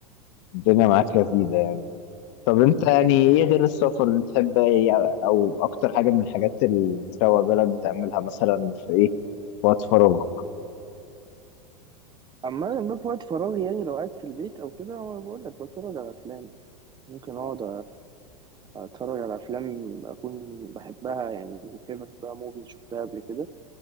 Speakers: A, on the left; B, on the right.
A: الدنيا معاك لذيذة يعني طب أنت يعني إيه غير السفر اللي بتحب إيه أو أكتر حاجة من الحاجات اللي بتروق بالك بتعملها مثلا في إيه في وقت فراغك؟
B: اما انا في وقت فراغي يعني لو قاعد في البيت او كده أنا بقول لك بتفرج على افلام ممكن اقعد اتفرج على افلام اكون بحبها يعني فيفرت بقى موفيز شفتها قبل كده